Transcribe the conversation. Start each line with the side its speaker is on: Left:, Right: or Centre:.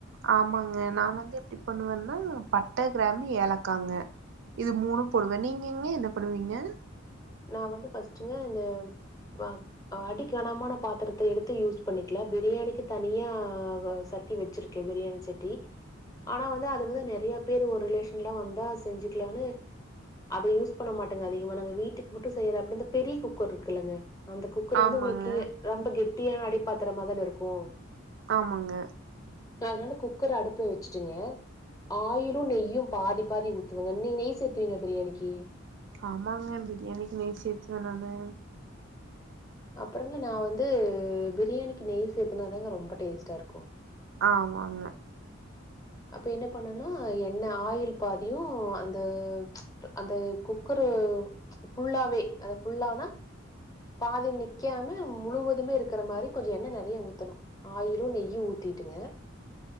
Right: ஆமாங்க நா வந்து எப்டி பண்ணுவேன்னா பட்ட கிராம்பு ஏலக்காங்க இது மூணு போடுவே நீங்கங்க என்ன பண்ணுவீங்க
Left: நா வந்து ஃபர்ஸ்ட்டுங்க இந்த வா அடி கனமான பாத்திரத்த எடுத்து யூஸ் பண்ணிக்கலா பிரியாணிக்கு தனியா ச சட்டி வச்சிருக்கே பிரியாணி சட்டி ஆனா வந்து அதுக்குதா நெறையா பேர் ஒரு ரிலேஷன்லா வந்தா செஞ்சுக்கலான்னு அத யூஸ் பண்ண மாட்டங்க அதிகமா நாங்க வீட்டுக் மட்டு செய்யற அப்புற இந்த பெரிய குக்கர் இருக்குல்லங்க அந்த குக்கர்
Right: ஆமாங்க
Left: வந்து உங்களுக்கு ரொம்ப கெட்டியான அடிப்பாத்திரமா தானே இருக்கு
Right: ஆமாங்க
Left: நா அதனால குக்கர் அடுப்புல வச்சுட்டேங்க ஆயிலு நெய்யு பாதி பாதி ஊத்துவங்க நீ நெய் சேரத்துவீங்களா பிரியாணிக்கு
Right: ஆமாங்க பிரியாணிக்கு நெய் சேரத்துவே நானு
Left: அப்புறங்க நா வந்து பிரியாணிக்கு நெய் சேத்துனாதாங்க ரொம்ப டேஸ்ட்டா இருக்கும்
Right: ஆமாங்க
Left: அப்ப என்ன பண்ணனா எண்ணெய் ஆயில் பாதியு அந்த அந்த குக்கரு ஃபுல்லாவே அத ஃபுல்லனா பாதில் நிற்காம முழுவதுமே இருக்கிற மாதிரி கொஞ்சோ எண்ணெய் நெறய ஊத்தணு ஆயிலு நெய்யு ஊத்திட்டுங்க